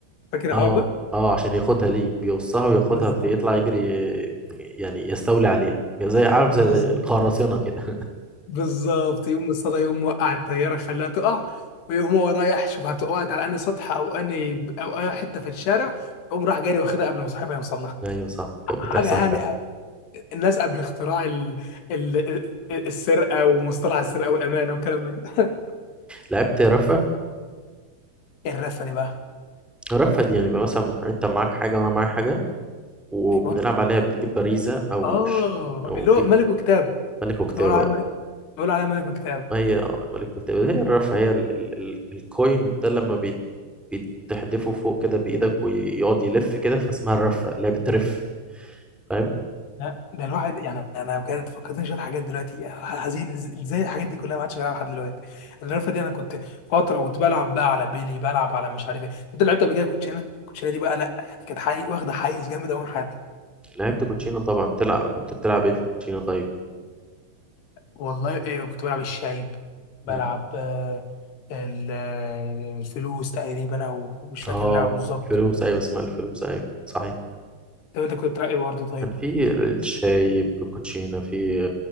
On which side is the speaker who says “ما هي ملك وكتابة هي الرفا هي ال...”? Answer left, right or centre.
Centre